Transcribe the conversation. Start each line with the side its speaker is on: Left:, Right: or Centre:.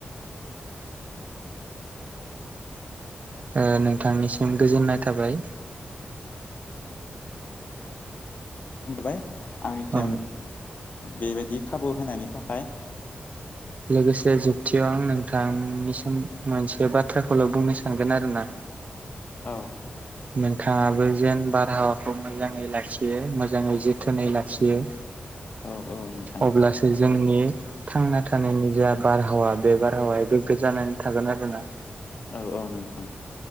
Right: ओ नोंथांनिसिम गोजोननाय थाबाय
Left: होनबाय आंनिसिम
Right: औ
Left: बेबायदि खाबु होनायनि थाखाय
Right: लोगोसे जोबथियाव आं नोंथांनिसिम मोनसे बाथ्राखौल' बुंनो सानगोन आरोना
Left: औ
Right: नोंथाङाबो जेन बारहावाखौ मोजाङै लाखियो मोजाङै जोथोनै लाखियो
Left: <inaudible> नोंथां
Right: अब्लासो जोंनि थांना थानायनि जा बारहावा बे बारहावाया गोग्गो जानानै थागोन आरोना
Left: औ-औ नोंथां